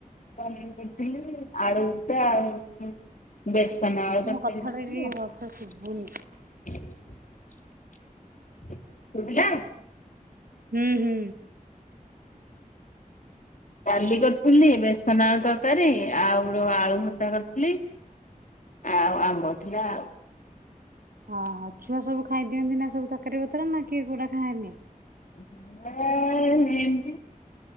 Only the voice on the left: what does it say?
ମୁ କଥିଲି ଆଲୁଭର୍ତ୍ତା ଆଉ ବେସନ ଆଳୁ ତରକାରି
କରିଥିଲି।
ଶୁବିଲା।
ଡ଼ାଲି କରିଥିଲି ବେସନ ଆଳୁ ତରକାରୀ ଆଉ ର ଆଳୁ ଭର୍ତ୍ତା କରିଥିଲି। ଆଉ ଆମ୍ବ ଥିଲା ଆଉ।
<unintelligible>